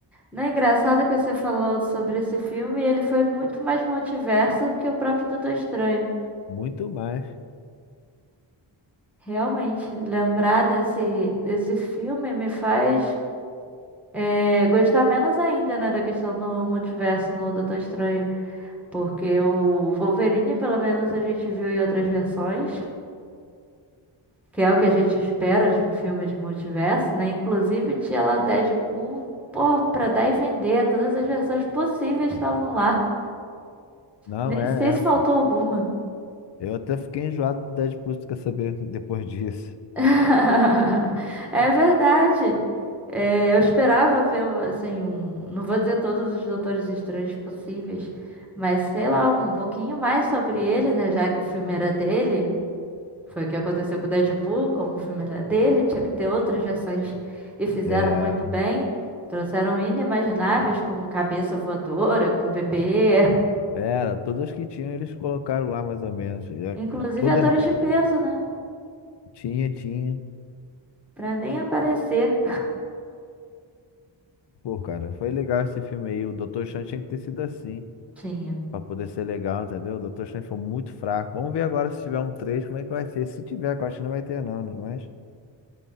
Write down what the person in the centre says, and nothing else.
Não é engraçado que você falou sobre esse filme, ele foi muito mais multiverso que o próprio Doutor Estranho.
Realmente, lembrar desse, desse filme me faz é, gostar menos ainda, né, da questão do multiverso no Doutor Estranho. Porque o Wolverine, pelo menos, a gente viu em outras versões, que é o que a gente espera de um filme de multiverso, né? Inclusive, tinha lá Deadpool, pô, pra dar e vender, todas as versões possíveis estavam lá.
Nem
sei se
faltou alguma.
<laughs> É verdade. É, eu esperava ver, assim, um. Não vou dizer todos os Doutores Estranhos possíveis, mas sei lá, um pouquinho mais sobre ele, né? Já que o filme era dele. Foi o que aconteceu com o Deadpool, como o filme era dele, tinha que ter outras versões e fizeram
muito bem. Trouxeram inimagináveis, como Cabeça Voadora, como Bebê.
<laughs>
Inclusive
atores
de peso, né?
Pra nem aparecer.
Tinha.